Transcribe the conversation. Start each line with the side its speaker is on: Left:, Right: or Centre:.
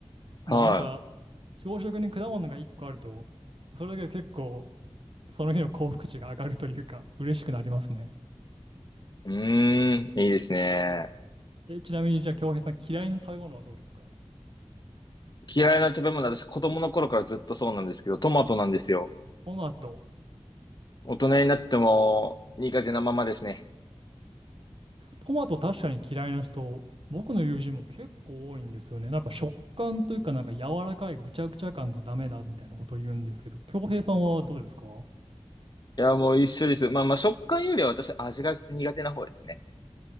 Right: まあなんか、
Left: は
Right: 朝食に果物が1個あると、それだけで結構その日の幸福値が上がるというか、嬉しくなりますね。
Left: い。うーん。いいですね。
Right: え、ちなみにじゃあ、京平さん嫌いな食べ物はどうですか
Left: 嫌いな食べ物、私子供の頃からずっとそうなんですけど、トマトなんですよ。
Right: トマト。
Left: 大人になっても苦手なままですね。
Right: トマト確かに嫌いな人、僕の友人も結構多いんですよね。なんか食感というか、なんか柔らかいぐちゃぐちゃ感がダメだみたいなことを言うんですけど、京平さんはどうですか
Left: いや、もう一緒です。まあまあ食感よりは私味が苦手な方ですね。